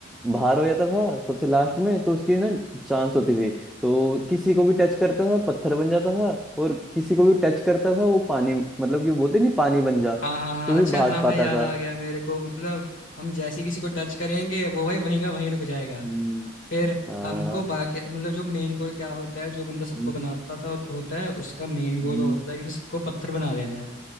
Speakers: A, in the centre; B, on the left.
A: बाहर हो जाता था सबसे लास्ट में तो उसकी ना चांस होती थी तो किसी को भी टच करता था पत्थर बन जाता था और किसी को भी टच करता था वो पानी मतलब कि बोलते नहीं पानी बन जा तो
B: हाँ हाँ हाँ अच्छा
A: फिर भाग
B: हाँ
A: पाता
B: हाँ याद
A: था
B: आ गया मेरे को मतलब हम जैसे किसी को टच करेंगे वो भाई वहीं का वहीं रुक जाएगा
A: हम्म,
B: फिर
A: हाँ
B: हमको बाकी मतलब जो मेन गोल क्या होता है जो बंदा सबको
A: हम्म,
B: बनाता था होता है उसका मेन गोल
A: हम्म,
B: होता है कि उसे सबको पत्थर बना देना है